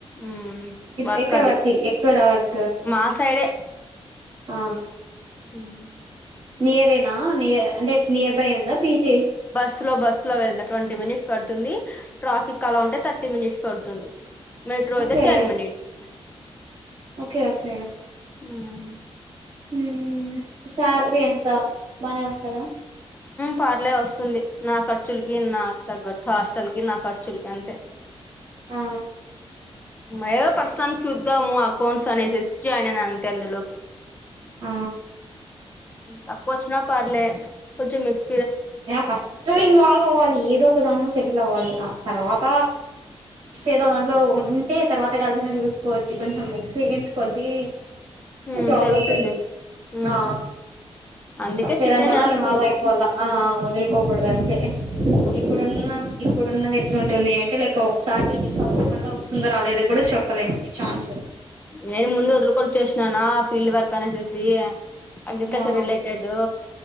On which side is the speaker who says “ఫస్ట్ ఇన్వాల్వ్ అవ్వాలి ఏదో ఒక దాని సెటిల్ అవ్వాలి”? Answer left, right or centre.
Right